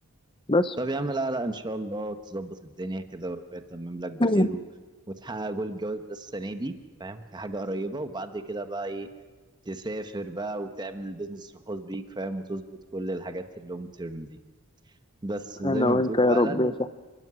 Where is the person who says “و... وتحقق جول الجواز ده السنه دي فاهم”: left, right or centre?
Right